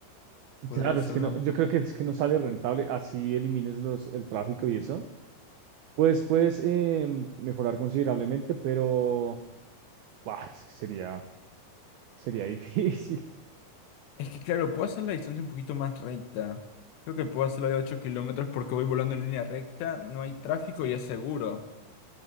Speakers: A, on the left; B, on the right.
A: Podría
B: Claro,
A: hacerlo
B: es que no,
A: en-
B: yo creo que es que no sale rentable. Así elimines los, el tráfico y eso. Pues puedes em, mejorar considerablemente, pero. Buah, es que sería, sería <laughs> difícil.
A: Es que claro, puedo hacer la distancia un poquito más recta. Creo que puedo hacerlo de 8 kilómetros porque voy volando en línea recta, no hay tráfico y es seguro.